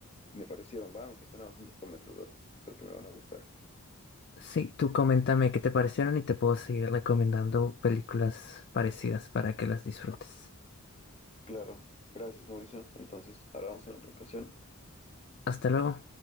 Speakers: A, on the left; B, on the left.
A: me parecieron, va, aunque suena bastante prometedor, creo que me van a gustar.
B: Sí, tú coméntame qué te parecieron y te puedo seguir recomendando películas parecidas para que las disfrutes.
A: Claro, gracias Mauricio, entonces hablamos en otra ocasión.
B: Hasta luego.